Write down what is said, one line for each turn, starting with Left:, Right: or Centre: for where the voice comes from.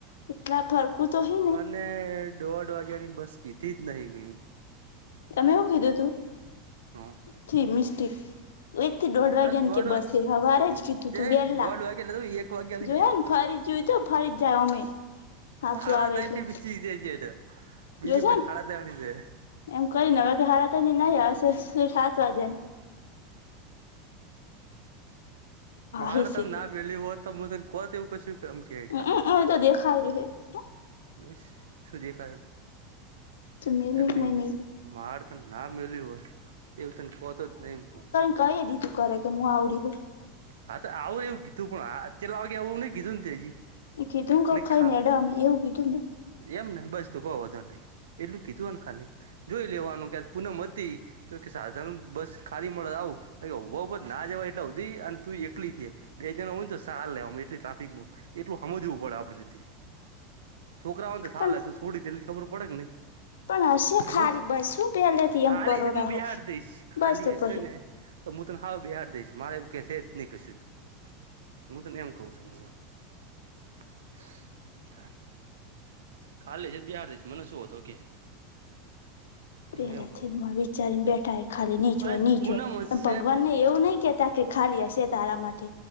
Left: એટલા ફરકું તો હી
Right: તને
Left: ને
Right: દોઢ વાગ્યાની બસ કીધી જ નહિ
Left: તમે એવું કીધું તું
Right: હ
Left: જી મિસ્ટી એક થી દોઢ વાગ્યા
Right: તને
Left: ને
Right: વાગે
Left: કે બસે સવારે જ કીધું
Right: તે
Left: તું વેલા
Right: દોઢ વાગે એટલે એક વાગ્યાની
Left: જો હે ને ફરી ત તો ફરી જાય અમે હાચું
Right: હાડા
Left: આવે
Right: થ
Left: એટલે
Right: એટ બીછ જ છેટ બીજી
Left: જોશે
Right: પછી
Left: ને
Right: હાડા થવાની છે
Left: એમ કરીને હાડા તયને કહ્યું નહી આવશે સાત વાગે
Right: મારે
Left: હ
Right: તમ
Left: સીતે
Right: ના પેલી હો ત હ તને કો એવું કશું એમ કે
Left: હમમ
Right: ખાલી
Left: એ તો દેખાય ર હે હ
Right: બસ શું દેખાય
Left: તો મેલી
Right: એમની
Left: કે નહી મેલી
Right: માર ત ના મેલ્યું હોય તે તને કહતો જ નહી હું
Left: કઈ દ તું કરે કેું આવરી હું
Right: હા તો આવું એવું કીધું પણ ચેટલા વાગે આવું એ નહીં કીધું ને તેં હજી
Left: એ કીધું કઉ ખાઈ
Right: ખા
Left: ને એડા અમે એવું કીધું મેં
Right: એમ ને બસ તું કવ એટલું કીધું ખાલી જોઈ લેવાનું કે પૂનમ હતી તો સાધન બસ ખાલી મળે આવું તા કે ઉભ ઉભ ના જવાય એટલે સુધી અન તું એટલી થ બે જણા હોય ને તો સા લે એટલી ટ્રાફિક એટલું સમજવું પડે આપડથી છોકરા હોયને હાલે
Left: પણ
Right: તું છોડી તેટલી ખબર પડે કે નઈ
Left: પણ હશે ખાલી
Right: હું
Left: બસ શું પહેલેથી
Right: ખાલી
Left: એમ કરો
Right: હશે હું
Left: રાહો
Right: બેહાડી દઈશ ખાલી
Left: બસ તો
Right: હશે
Left: પહી
Right: ને તો હું તને હાવ બેહાર દઈશ મારે એવું કે છે નહી કશું તો હું તને એમ કહ છું હું એમ <unintelligible> ખાલી હશે તો હું તન બેહાર દેશ મને શું વાંધો હ કે હું
Left: પેલા
Right: એમ કઉ
Left: થી ને વિચારીને બેઠા ખાલી નીજ
Right: પણ
Left: હોય નીજ
Right: પૂનમ
Left: હોય
Right: હશે
Left: પણ ભગવાન ને એવું નહી કેતા કે ખાલી હશે તારા માટે